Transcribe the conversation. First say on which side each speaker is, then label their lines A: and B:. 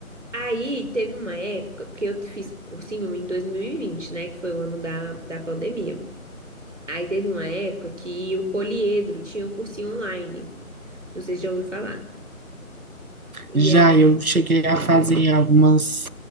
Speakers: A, on the right (about 55°); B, on the right (about 85°).
A: Aí teve uma época, porque eu fiz cursinho em 2020, né? Que foi o ano da, da pandemia. Aí teve uma época que o Poliedro tinha um cursinho online. Não sei se já ouviu falar.
B: Já
A: E aí,
B: eu cheguei a fazer algumas,